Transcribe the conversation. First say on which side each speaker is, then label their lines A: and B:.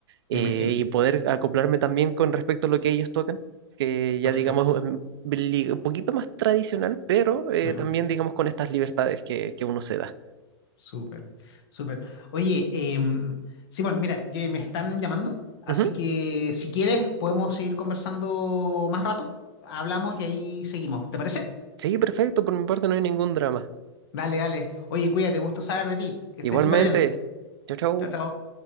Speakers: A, on the right; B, on the left.
A: eh,
B: Me imagino.
A: y poder acoplarme también con respecto a lo que ellos tocan, que ya
B: Perfecto.
A: digamos em, li- un poquito más tradicional, pero eh,
B: Ajá.
A: también digamos con estas libertades que, que uno se da.
B: Súper, súper. Oye, em, Simón, mira, yo- me están llamando, así
A: Ujú.
B: que si quieres podemos seguir conversando más rato. Hablamos y ahí seguimos. ¿Te parece?
A: Sí, perfecto, por mi parte no hay ningún drama.
B: Dale, dale. Oye, cuídate, gusto saber de ti. Que estés
A: Igualmente,
B: súper bien.
A: chau, chau.
B: Chao, chao.